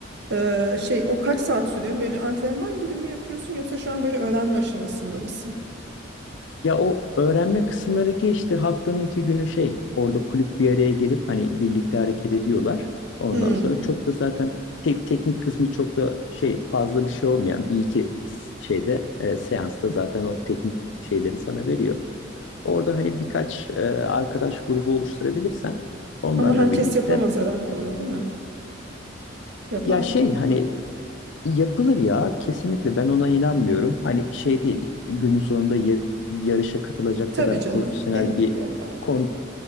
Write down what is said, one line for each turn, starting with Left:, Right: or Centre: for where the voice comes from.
Right: Ee, şey o kaç saat sürüyor? Böyle antrenman gibi mi yapıyorsun yoksa şu an böyle öğrenme aşamasında mısın?
Left: Ya o öğrenme kısımları geçti. Haftanın iki günü şey orada kulüp bir araya gelip hani birlikte hareket ediyorlar. Ondan
Right: Hı.
Left: sonra çok da zaten tek teknik kısmı çok da şey fazla bir şey olmayan bir iki şeyde e, seansta zaten o teknik şeyleri sana veriyor. Orada hani birkaç e, arkadaş grubu oluşturabilirsem onlarla
Right: Ama herkes
Left: birlikte.
Right: yapamaz herhalde onu değil mi? Yapar
Left: Ya şey
Right: mı?
Left: hani yapılır ya kesinlikle ben ona inanmıyorum. Hani şey değil günün sonunda yar- yarışa katılacak
Right: Tabii
Left: kadar
Right: canım.
Left: profesyonel
Right: Değil.
Left: bir
Right: Yok abi.
Left: kon-